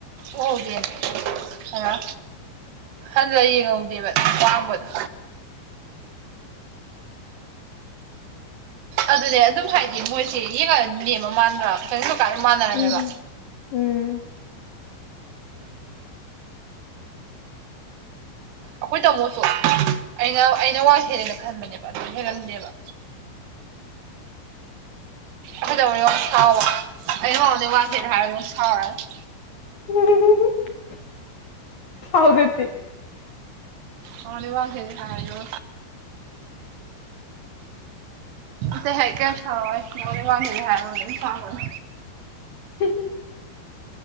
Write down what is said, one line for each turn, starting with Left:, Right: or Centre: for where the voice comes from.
Right: ꯎꯍꯧꯗꯦꯅꯦ ꯈꯔꯣ ꯍꯟ ꯌꯦꯡꯍꯧꯗꯦꯕ ꯑꯥꯡꯕꯗꯣ ꯑꯗꯨꯅꯦ ꯑꯗꯨꯝ ꯍꯥꯏꯗꯤ ꯃꯣꯏꯁꯦ ꯌꯦꯡꯉꯅꯦꯦꯝꯃ ꯃꯥꯟꯈ꯭ꯔ ꯆꯪꯅꯤꯡꯕ ꯀꯀꯥꯟꯗ ꯃꯥꯟꯅꯔꯝꯃꯦꯕ
Left: ꯎꯝ ꯎꯝ
Right: ꯑꯩꯈꯣꯏ ꯇꯥꯃꯣꯁꯨ ꯑꯩꯅ ꯑꯩꯅ ꯋꯥ ꯍꯦꯜꯂꯦꯅ ꯈꯟꯕꯅꯦꯕ ꯑꯗꯨ ꯍꯦꯜꯒꯅꯦꯕ ꯀꯩꯗꯧꯅꯤ ꯌꯥꯝ ꯁꯥꯎꯕ ꯑꯩ ꯍꯥꯎꯗꯩ ꯋꯥꯡꯁꯤꯦꯗ ꯍꯥꯏꯔꯒ ꯑꯗꯨ ꯁꯥꯎꯔꯒꯦ
Left: ꯎꯝ ꯍꯥꯎꯗꯦ
Right: ꯍ ꯂꯩ ꯋꯥ ꯍꯦꯗꯤ ꯍꯥꯏ ꯌ ꯊ ꯍ ꯀ ꯊꯣꯏ ꯃꯗꯤ ꯋꯥꯂꯤ ꯍꯥꯏ ꯊꯥꯡꯉ
Left: ꯊ